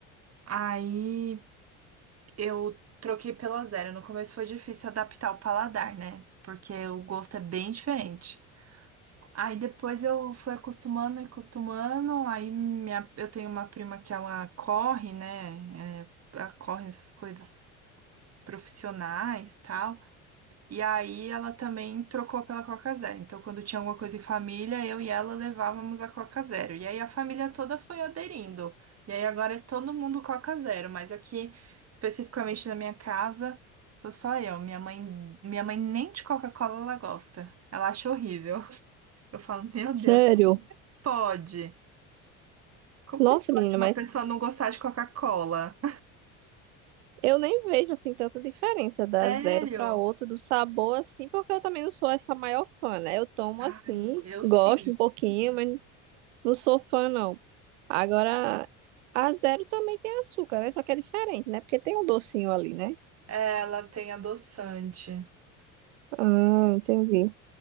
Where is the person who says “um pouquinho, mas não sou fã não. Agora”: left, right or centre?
Right